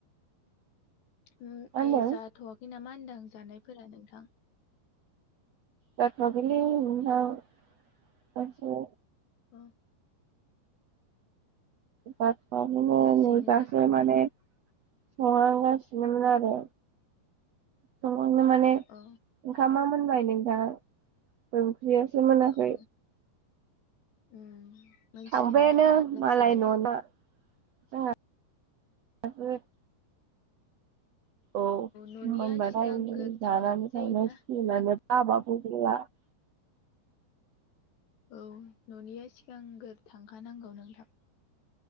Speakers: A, on the left (about 85°); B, on the right (about 70°).
A: उम
B: मा होनदों
A: ए जाथ'वाखै नामा होनदों जानायफोरा नोंथां?
B: जाथ'वाखैलै बिनानाव <unintelligible>
A: उम।
B: ‌जाथ'वाखै नै
A: लासैनो
B: दासो
A: जागोन
B: माने
A: आरो
B: संहांगासिनोमोन आरो सं संनो माने
A: अ
B: ओंखामा मोनबाय नोंथां ओं ओंख्रियासो मोनाखै।
A: औ उम। मोनथिगोन
B: थांबायानो
A: बे लासैनो
B: मालाय न'ना। जाहा <unintelligible> औ
A: न'निया
B: मोनबाथाय
A: सिगांग्रो
B: जानानै
A: थांनांगौ जायोना
B: थांनां सिगोनानो। <unintelligible>
A: औ न'निया सिगांग्रो थांखानांगौ नोंथां।